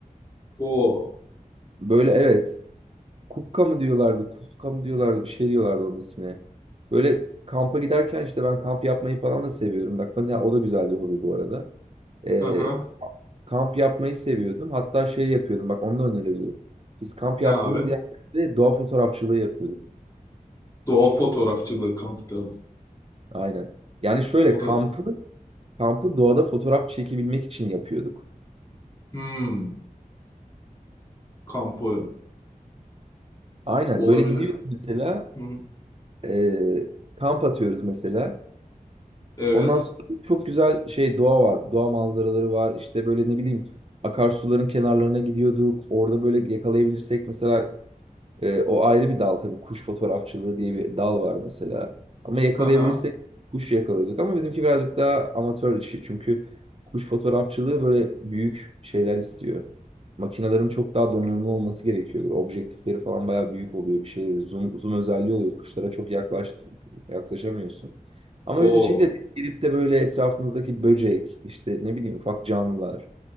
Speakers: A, on the left; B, on the right.
A: O.
B: Böyle evet kupka mı diyorlardı, kuska mı diyorlardı bir şey diyorlardı onun ismine. Böyle kampa giderken işte ben kamp yapmayı falan da seviyorum. Bak mesela o da güzel bir hobi bu arada. E,
A: Hı hı.
B: Kamp yapmayı seviyordum. Hatta şey yapıyordum. Bak onu da önerebilirim. Biz kamp
A: Ne
B: yaptığımız
A: abi?
B: yerlerde doğa fotoğrafçılığı yapıyorduk.
A: Doğa fotoğrafçılığı kampta.
B: Aynen. Yani şöyle
A: O
B: kampı
A: da.
B: kampı doğada fotoğraf çekebilmek için yapıyorduk.
A: Hmm. kampı
B: Aynen.
A: olabilir.
B: Böyle gidiyoruz mesela
A: Hı hı.
B: e, kamp atıyoruz mesela.
A: Evet.
B: Ondan sonra çok güzel şey doğa var. Doğa manzaraları var. İşte böyle ne bileyim akarsuların kenarlarına gidiyorduk. Orada böyle yakalayabilirsek mesela Ee, o ayrı bir dal tabii. Kuş fotoğrafçılığı diye bir dal var mesela. Ama yakalayabilirsek
A: Aha.
B: kuş yakalıyorduk. Ama bizimki birazcık daha amatör işi. Çünkü kuş fotoğrafçılığı böyle büyük şeyler istiyor. Makinelerin çok daha donanımlı olması gerekiyor. Böyle objektifleri falan bayağı büyük oluyor bir şey. Zoom, zoom özelliği oluyor. Kuşlara çok yaklaştı, yaklaşamıyorsun. Ama
A: O.
B: biz bir şekilde gidip de böyle etrafımızdaki böcek, işte ne bileyim ufak canlılar,